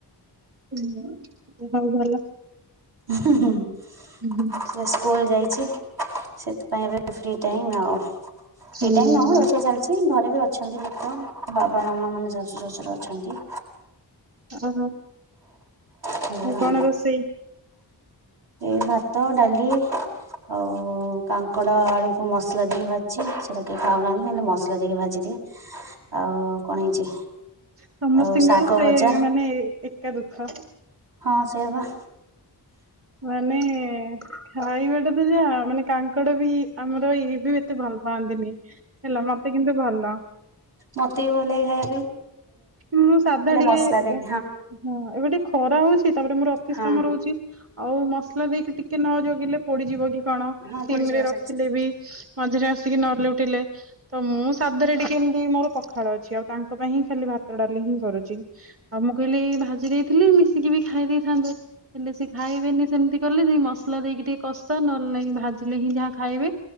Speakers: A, on the right; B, on the right.
A: ହଁ ହଉ ଭଲ
B: ସେ
A: ହୁଁ
B: ସ୍କୁଲ ଯାଇ ସେଥିପାଇଁ ଏବେ ଫ୍ରି ଟାଇମ ଆଉ। ଫ୍ରି
A: ଓହୋ
B: ଟାଇମ ନୁହଁ ରୋଷେଇ ଚାଲିଛି ଘରେ ବି ଅଛନ୍ତି ଲୋକ ବାବା। ମାନେ ସାସୁ ଶଜୁର ଅଛନ୍ତି।
A: ଓହୋ।
B: ହେଲେ
A: ଆଉ
B: ହଁ
A: କଣ ରୋଷେଇ।
B: ଏଇ ଭାତ ଡାଲି। ଆଉ କାଙ୍କଡ ଆଳୁକୁ ମସଲା ଦେଇକି ଭାଜିଛି ସେଟା କେହି ଖାଉନାହାନ୍ତି ମୁଲେ ମସଲା ଦେଇକି ଭାଜି ଆଉ। କଣ ହେଇଛି
A: ସମସ୍ତତିଙ୍କର
B: ଆଉ ଶାଗ
A: ସେ
B: ଭଜା
A: ମାନେ ଏକା ଦୁଃଖ।
B: ହଁ ସେୟାପା।
A: ମାନେ ଖାଇବା ଟା ତ ଯା ମାନେ କାଙ୍କଡ ବି ଆମର ଇ ବି ଏତେ ଭଲ ପାଆନ୍ତିନି ହେଲା ମତେ କିନ୍ତୁ ଭଲ।
B: ମୋତେ ଭଲ ଖାଇ
A: ମୁଁ ସାଧା ଟିକେ
B: ମସଲା ଦେଇ
A: ହଁ ଏବେ ଟିକେ ଖରା ହଉଛି। ତାପରେ ମୋର ଅଫିସ
B: ହଁ
A: କାମ ରହୁଛି ଆଉ ମସଲା ଦେଇକି ଟିକେ ନ ଜଗିଲେ। ପୋଡିଯିବ କି କଣ
B: ହଁ
A: ସିମ
B: ପୋଡିଯିବ
A: ରେ ରଖିଲେ
B: ସାଙ୍ଗେ ସାଙ୍ଗେ
A: ବି ମଝିରେ ଆସ ନଲେ ଉଠିଲେ ତ ମୁଁ ସାଧରେ ଟିକେ ଏମିତି ମୋର ପଖାଳ ଅଛି ଆଉ ତାଙ୍କ ପାଇଁ ହିଁ ଖାଲି ଭାତ ଡାଲି ହିଁ କରୁଛି ଆଉ ମୁଁ କହିଲି ଭାଜି ଦେଇଥିଲି ମିଶିକି ବି ଖାଇ ଦେଇେଇଥାନ୍ତୁ। ହେଲେ ସେ ଖାଇବେନି ସେମିତି କଲେ ସେଇ ମସଲା ଦେଇକି ଟିକେ କଷା ନଲେ ନହିଁ ଭାଜିଲେ ହିଁ ଯାହା ଖାଇବେ।